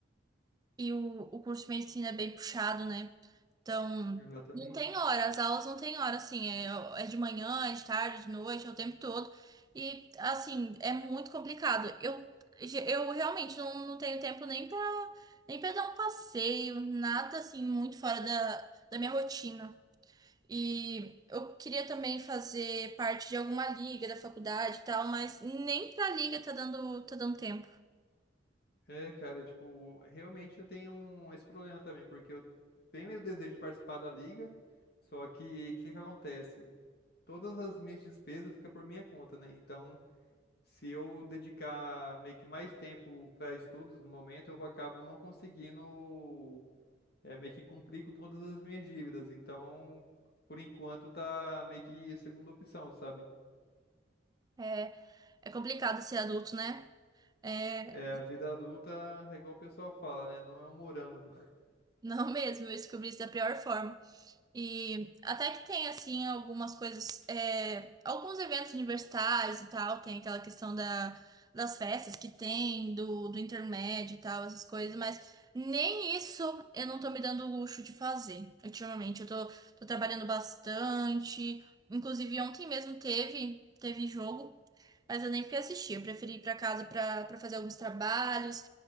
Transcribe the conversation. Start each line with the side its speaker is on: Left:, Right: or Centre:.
Right: E o, o curso de medicina é bem puxado, né? Então,
Left: Exatamente.
Right: não tem hora, as aulas não tem hora, assim, é, é de manhã, é de tarde, de noite, é o tempo todo. E, assim, é muito complicado. Eu, eu realmente não, não tenho tempo nem pra, nem pra dar um passeio, nada, assim, muito fora da, da minha rotina. E eu queria também fazer parte de alguma liga da faculdade e tal, mas nem pra liga tá dando, tá dando tempo.
Left: É, cara, tipo, realmente eu tenho um- esse problema também, porque eu tenho o desejo de participar da liga, só que o que que acontece? Todas as minhas despesas ficam por minha conta, né? Então, se eu dedicar meio que mais tempo para estudos no momento, eu acabo não conseguindo é, meio que cumprir com todas as minhas dívidas. Então, por enquanto, tá meio que segunda opção, sabe?
Right: É, é complicado ser adulto, né? É,
Left: É, a vida adulta, é igual o pessoal fala, né? Não é um morango.
Right: Não mesmo, eu descobri isso da pior forma. E até que tem, assim, algumas coisas, é, alguns eventos universitários e tal, tem aquela questão da, das festas que tem, do, do intermédio e tal, essas coisas, mas nem isso eu não tô me dando o luxo de fazer ultimamente. Eu tô, tô trabalhando bastante, inclusive ontem mesmo teve, teve jogo, mas eu nem fui assistir, eu preferi ir pra casa pra, pra fazer alguns trabalhos.